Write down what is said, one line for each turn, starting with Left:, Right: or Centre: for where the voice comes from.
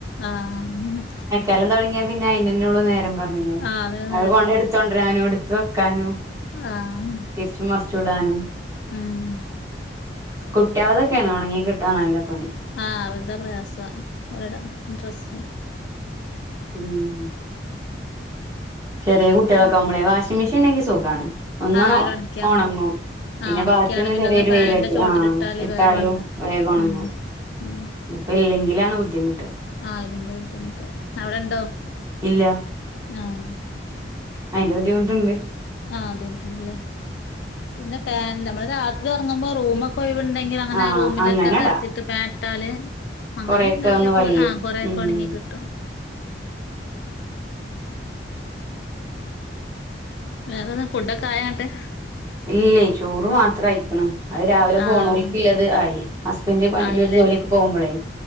Left: ആഹ് ആഹ്
Right: <unintelligible> തൊടങ്ങിയ പിന്നെ അയിനന്നേയുള്ളൂ നേരം പറഞ്ഞില്ലേ
Left: ആ അതിനേ
Right: അത്
Left: നേരമുള്ളൂ
Right: പണി കൊണ്ടരാനും എടുത്ത് വെക്കാനും
Left: ആഹ്
Right: തിരിച്ചും മറിച്ചു ഇടാനും
Left: ഉം
Right: കുട്ട്യാൾടതൊക്കെയാണ് ഒണങ്ങി കിട്ടാൻ നല്ല പണി.
Left: ആഹ് അവര്തെ പ്രയാസാ അവർടെ ഡ്രസ്സ്
Right: ഉം ചെറിയ
Left: ഉം
Right: കുട്ടികളൊക്കെ ആകുമ്പളേ. വാഷിംഗ് മെഷീൻണ്ടെങ്കി സുഖാണ്. ഒന്നണ
Left: ആഹ് അയിലൊണക്ക്യാ
Right: ഓണങ്ങോ. പിന്നെ
Left: ആഹ് ഒണക്ക്യാണ്ട്
Right: ബാക്കിയൊന്ന്
Left: പിന്നൊന്ന്
Right: ചെറിയൊരു
Left: ഫാന്റെ
Right: വെയിലട്ടി
Left: ചോട്ടിലിട്ടാല്
Right: ആഹ് ഇട്ടാലും
Left: വേഗം ഒണങ്ങും
Right: വേഗം ഒണങ്ങും.
Left: ഉം ഉം
Right: ഇപ്പോ ഇല്ലെങ്കിലാണ് ബുദ്ധിമുട്ട്.
Left: ആഹ് ഇല്ലെങ്കി ബുദ്ധിമുട്ട് അവിടെണ്ടോ.
Right: ഇല്ല
Left: ആഹ്
Right: അയിന്റെ ബുദ്ധിമുട്ടുണ്ട്.
Left: ആഹ് അത് മുട്ടുണ്ടല്ലേ. പിന്നെ ഫാൻ നമ്മള് രാത്രി ഒറങ്ങുമ്പോ റൂമ ക്കെ ഒയിവിണ്ടെങ്കിലങ്ങനെ
Right: ആഹ്
Left: റൂമിലൊക്കെ
Right: അങ്ങനെടാ
Left: നിർത്തിട്ട് ഫാനിട്ടാല് അങ്ങനെയങ്ങ്
Right: കൊറെയൊക്കെ
Left: അവിടൊക്കെ
Right: ഒന്ന് വലിയും
Left: ആഹ് കൊറേക്കെ
Right: ഉം
Left: ഒണങ്ങി കിട്ടും. വേറെന്നാ. ഫുഡൊക്കെ ആയാ ന്ന്ട്ട്.
Right: ഇല്ലേയ് ചോറ് മാത്ര ആയിക്കണു അത് രാവിലെ പോണോലുക്കിള്ളത്
Left: ആഹ്
Right: ആയി. ഹസ്ബന്റ് പണി
Left: ആയില്ലേ
Right: <unintelligible> ജോലിക്ക് പോകുമ്പളേ.